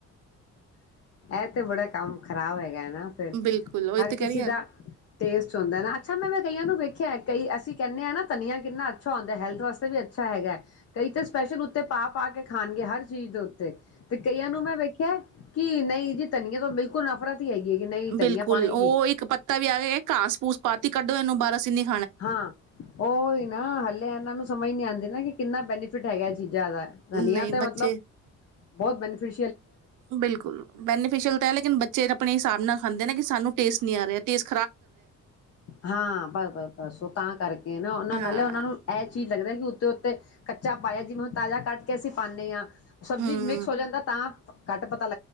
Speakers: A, on the left; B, on the right.
A: ਇਹ ਤੇ ਬੜਾ ਕੰਮ ਖ਼ਰਾਬ ਹੈਗਾ ਫ
B: ਬਿਲਕੁਲ ਉਹੀ ਤੇ
A: ਹਰ
B: ਕਹਿ
A: ਕਿਸੇ
B: ਰਹੀ ਆ
A: ਦਾ ਟੇਸਟ ਹੁੰਦਾ ਨਾ ਅੱਛਾ ਮੈਂੈਂ ਕਈਆਂ ਨੂੰ ਵਖ ਆ ਕਈ ਅਸੀਂ ਕਹਿੰਦੇ ਹਾਂ ਨਾ ਧਨੀਆ ਕਿੰਨਾ ਅੱਛਾ ਹੁੰਦਾ ਹੈਲਥ ਵਾਸਤੇ ਵੀ ਅੱਛਾ ਹੈਗਾ ਹੈ ਕਈ ਤੇ ਸਪੈਸ਼ਲ ਉੱਤੇ ਪਾ ਕੇ ਖਾਣਗੇ ਹਰ ਚੀਜ਼ ਦੇ ਤੇ ਕਈਆਂ ਨੂੰ ਮੈਂ ਵੇਖਿਆ ਨਹੀਂ ਜੀ ਤੰਨੀਏ ਤੋਂ ਬਿਲਕੁਲ ਨਫ਼ਰਤ ਹੀ ਹੈਗੀ ਹੈ ਕਿ ਨਹੀਂ
B: ਬਿਲਕੁਲ
A: ਧਨੀਆ ਪਾਉਣਾ ਹੀ
B: ਉਹ
A: ਨਹੀਂ
B: ਇੱਕ ਪੱਤਾ ਵੀ ਆ ਕੇ ਘਾਸ ਪੂਸ ਪਾ ਕੱਢੋ ਇਹਨੂੰ ਬਾਰਾਸੀਨੀ
A: ਹਾਂ ਉਹਹੀ ਨਾ ਹੱਲਿਆਂ ਨੂੰ ਸਮਝ ਨੀ ਆਉਂਦੀ ਨਾ ਕਿੰਨਾ ਬੈਨੀਫਿਟ ਹੈਗਾ ਜੀ ਜ਼ਿਆਦਾ ਧਨੀਆ
B: ਨਹੀਂ
A: ਤੇ
B: ਬੱਚੇ
A: ਮਤਲਬ ਬਹੁਤ ਬੈਫੀ
B: ਬਿਲਕੁਲ ਬੈਨੀਫਿਸ਼ਅਲ ਤਾਂ ਹੈ ਲੇਕਿਨ ਬੱਚੇ ਆਪਣੇ ਹਿਸਾਬ ਨਾਲ ਖਾਂਦੇ ਨਾ ਕਿ ਸਾਨੂੰ ਟੇਸਟ ਨਹੀਂ ਆ ਰਿਹਾ ਟਸਟ
A: ਹਾਂ ਬ ਬ ਬਸ ਉਹ ਤਾਂ ਕਰਕੇ ਨਾ ਉਹਨਾਂ ਨਾਲੇ
B: ਹਾਂ
A: ਉਹਨਾਂ ਨੂੰ ਇਹ ਚੀਜ਼ ਲੱਗਦਾ। ਉਤੇ ਉੱਤੇ ਕੱਚਾ ਪਾਇਆ ਜਿਵੇਂ, ਹੁਣ ਤਾਜ਼ਾ ਕੱਟ ਕੇ ਅਸੀਂ ਪਾਨੇ ਆ, ਸਬਜ਼ੀ
B: ਹੂੰ
A: ਚ ਮਿਕਸ ਹੋ ਜਾਂਦਾ ਤਾਂ, ਘੱਟ ਪ